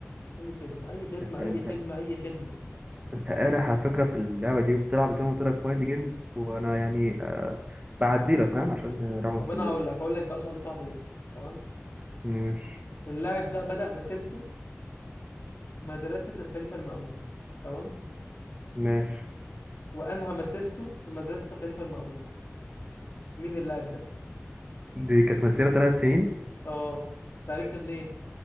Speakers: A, on the left; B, on the right.
A: اي خدمه اي خدمه
B: انت
A: اي
B: انت
A: خدمه اي خدمه
B: انت قارح على فكره في اللعبه دي وبتلعب زي ما قلت لك مايند جيمز وانا يعني آه بعدي لك فاهم عشان راح مسلية
A: طب انا هقول لك هقول لك بقى سؤال صعب جدا تمام
B: ماشي
A: اللاعب ده بدأ مسيرته في مدرسه الخليفه المأمون تمام
B: ماشي
A: وانهى مسيرته في مدرسه الخليفه المأمون مين اللاعب ده
B: دي كانت مسيره ثلاث سنين
A: اه انت عرفت منين